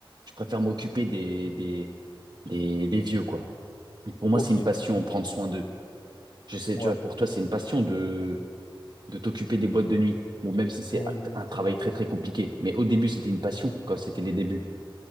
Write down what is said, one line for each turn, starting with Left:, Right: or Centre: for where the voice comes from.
Right: je préfère m'occuper des, des, les, les vieux, quoi. Pour moi,
Left: ok,
Right: c'est une passion, prendre soin d'eux. Je sais,
Left: ouais,
Right: tu vois, pour toi, c'est une passion de, de t'occuper des boîtes de nuit. Bon, même si c'est
Left: Ouais, exactement.
Right: un travail très, très compliqué. Mais au début, c'était une passion, quand c'était les débuts.